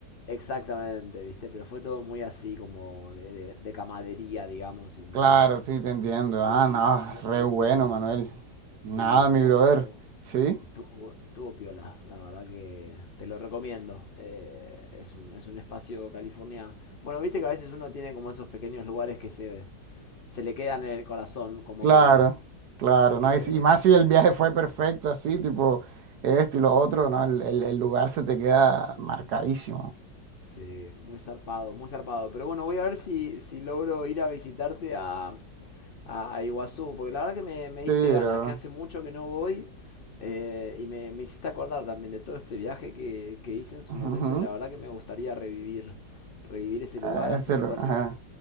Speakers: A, on the left (about 50°); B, on the right (about 70°).
A: Exactamente, ¿viste? Pero fue todo muy así, como de, de- de camadería, digamos, y muy,
B: Claro, sí, te entiendo.
A: muy,
B: Ah, no,
A: muy tranquilo.
B: re bueno, Manuel. Nada,
A: Sí, estuvo,
B: mi brother. Sí,
A: estuvo, estuvo piola, la verdad que te lo recomiendo. Eh, es un, es un espacio California. Bueno, viste que a veces uno tiene como esos pequeños lugares que se, se le quedan en el corazón, como
B: claro,
A: que,
B: claro,
A: eh,
B: ¿no? Y, si- y más
A: viste,
B: si el viaje fue perfecto, así, tipo, esto y lo otro, ¿no? El, el- el lugar se te queda marcadísimo.
A: Sí, muy zarpado, muy zarpado. Pero bueno, voy a ver si, si logro ir a visitarte a, a, a Iguazú, porque la verdad que me, me diste
B: Sí,
A: ganas,
B: bro.
A: que hace mucho que no voy eh, y me, me hiciste acordar también de todo este viaje que, que hice en su
B: Ujú.
A: momento y la verdad que me gustaría revivir, revivir ese lugar,
B: Ah,
A: así
B: ese
A: que
B: lu-
A: bueno,
B: ajá.